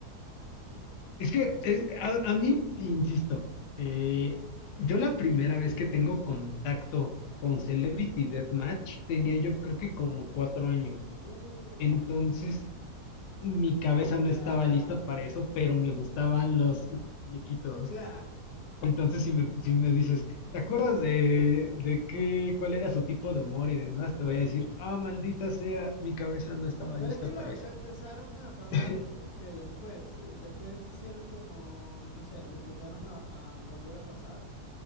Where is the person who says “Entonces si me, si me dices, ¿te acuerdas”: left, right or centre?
Left